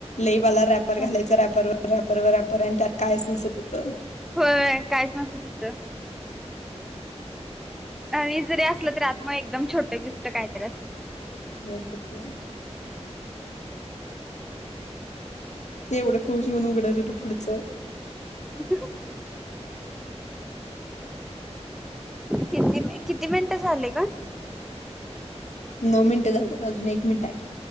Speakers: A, on the left (about 85°); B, in the centre.
A: लईवाला रॅपर
B: काय
A: घालायचं रॅपरवर रॅपरवर रॅर पण त्यात कायच नसंत होत.
B: होय काहीच नसत होतं. आणि जरी असलं तरी आत मग एकदम छोट गिफ्ट काहीतरी असणार
A: नाहीत <unintelligible> ते एवढं खुश होऊन उघडायच होत पुढचं
B: ह. किती किती मिनिटं झाले गं.
A: नऊ मिनिट झाल्यात अजून एक मिनिट आहे.